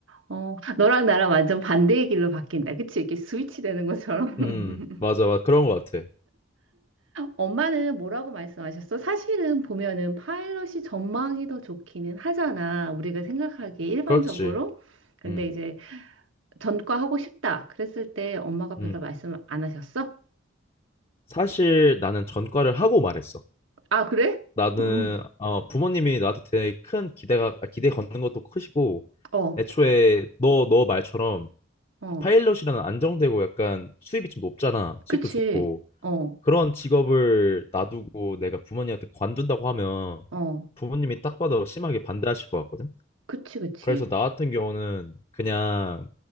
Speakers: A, on the right (about 85°); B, on the left (about 30°).
A: 어, 너랑 나랑 완전 반대의 길로 바뀐다. 그치? 이렇게 스위치 되는 것처럼.
B: 음 맞아
A: <laughs>
B: 맞아 그런 거 같아.
A: 엄마는 뭐라고 말씀하셨어? 사실은 보면은 파일럿이 전망이 더 좋기는 하잖아. 우리가 생각하기에 일반적으로.
B: 그렇지.
A: 근데
B: 음
A: 이제 전과 하고 싶다. 그랬을 때 엄마가 별로
B: 음.
A: 말씀 안 하셨어?
B: 사실 나는 전과를 하고 말했어.
A: 아, 그래?
B: 나는
A: 음,
B: 어 부모님이 나한테 되게 큰 기대가 아, 기대 걷는 것도 크시고
A: 어,
B: 애초에 너 너 말처럼
A: 어,
B: 그 파일럿이라는 안정되고 약간 수입이 좀 높잖아. 수입도
A: 그치.
B: 좋고.
A: 어,
B: 그런 직업을 놔두고 내가 부모님한테 관둔다고 하면
A: 어,
B: 부모님이 딱 봐도 심하게 반대하실 것 같거든.
A: 그치, 그치.
B: 그래서 나 같은 경우는 그냥